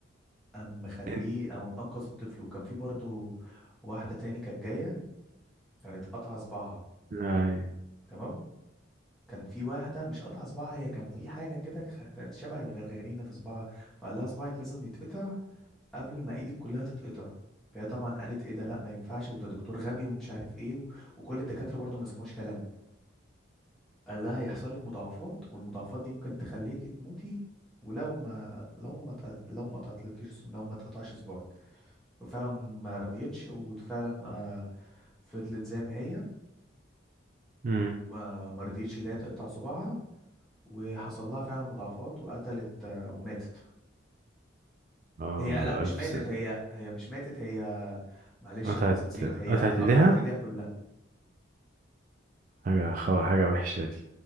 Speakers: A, in the centre; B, on the right (about 40°).
A: ام مخليه
B: انت
A: أم انقذ الطفل وكان في برضه واحده تاني كانت جايه كانت قطعه صباعها
B: اي
A: تمام كان في واحدة مش قطع صباعها هي كان في حاجة كده خت- شبه الغرغرينة في صباعها فقال لها صباعك لازم يتقطع قبل ما ايدك كلها تتقطع فهي طبعا قالت ايه ده لا ما ينفعش وده دكتور غبي ومش عارف ايه و... وكل الدكاترة برضه ما سمعوش كلامه قال لها هيحصل لك مضاعفات والمضاعفات دي ممكن تخليكي تموتي ولو ما لو ما تق... لو ما قطعتلكيش لو ما تقطعش صباعك وفعلا ما رضيتش وفعلا آه فضلت زي ما هي
B: امم
A: ما ما رضيتش اللي هي تقطع صباعها وحصل لها فعلا مضاعفات وقتلت آه، وماتت
B: اه
A: هي لا مش
B: الف
A: ماتت
B: سنة
A: هي هي مش ماتت هي معلش
B: قطعت
A: لحظة نسيت هي
B: قطعت
A: قطعت
B: ايديها
A: ايديها كلها
B: حاجة خو... حاجة وحشة دي